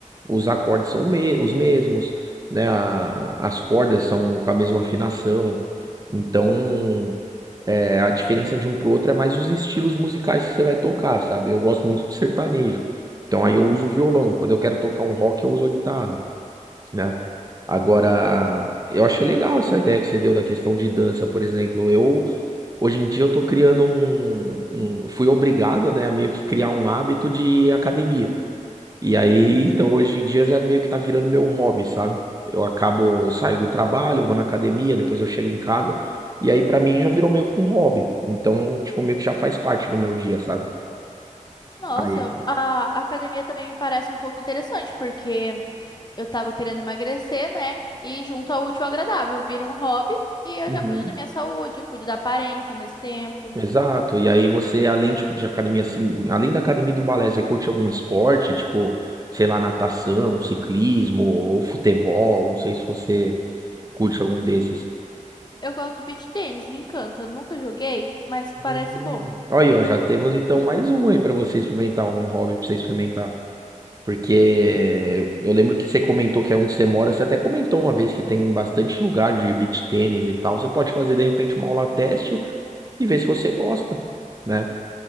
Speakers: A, on the right; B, on the left.
A: Os acordes são me- os mesmos, né? A- As cordas são com a mesma afinação. Então, é, a diferença de um pro outro é mais os estilos musicais que você vai tocar, sabe? Eu gosto muito de sertanejo. Então, aí eu uso o violão. Quando eu quero tocar um rock, eu uso a guitarra. né? Agora,
B: Ah,
A: eu achei legal essa ideia que você deu da questão de dança, por exemplo. Eu, hoje em dia, eu tô criando um, um- fui obrigado, né, a meio que criar um hábito de academia. E aí, então, hoje em dia, já meio que tá virando meu hobby, sabe? Eu acabo, eu saio do trabalho, vou na academia, depois eu chego em casa. E aí, pra mim, já virou meio que um hobby. Então, tipo, meio que já faz parte do meu dia, sabe?
B: nossa,
A: Aí.
B: eu- a a academia também me parece um pouco interessante, porque eu tava querendo emagrecer, né? E junto ao útil ao agradável, vira um hobby e eu
A: Uhum.
B: já cuido da minha saúde, cuido da aparência ao mesmo tempo.
A: Exato. E aí você, além, tipo, de academia, assim, além da academia e do balé, você curte algum esporte, tipo, sei lá, natação, ciclismo ou futebol? Não sei se você curte algum desses.
B: Eu gosto do beach tênis, me encanta. Eu nunca joguei, mas parece
A: Uhum.
B: bom.
A: Olha, ó, já temos então mais um aí pra você experimentar, um hobby pra você experimentar. Porque eu eu lembro que você comentou que é onde você mora, você até comentou uma vez que tem bastante lugar de beach tênis e tal. Você pode fazer de repente uma aula teste e ver se você gosta, né?